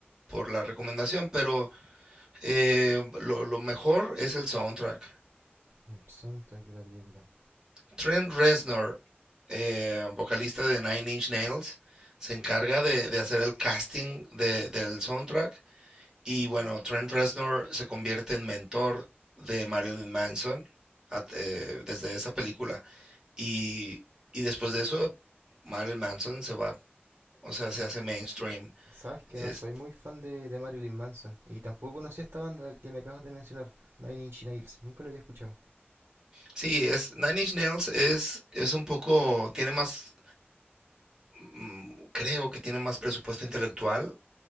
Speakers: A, on the right; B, on the right.
A: por la recomendación, pero eh, lo, lo mejor es el soundtrack.
B: El soundtrack de la película.
A: Trent Reznor, eh, vocalista de Nine Inch Nails, se encarga de, de hacer el casting de- del soundtrack y bueno, Trent Reznor se convierte en mentor de Marilyn Manson a- eh, desde esa película y, y después de eso, Marilyn Manson se va O sea, se
B: A ver,
A: hace mainstream.
B: Sabes que
A: Es,
B: no soy muy fan de, de Marilyn Manson y tampoco conocía esta banda que me acabas de mencionar, Nine Inch Nails. Nunca lo había escuchado.
A: sí, es Nine Inch Nails es, es un poco, tiene más, mm, creo que tiene más presupuesto intelectual.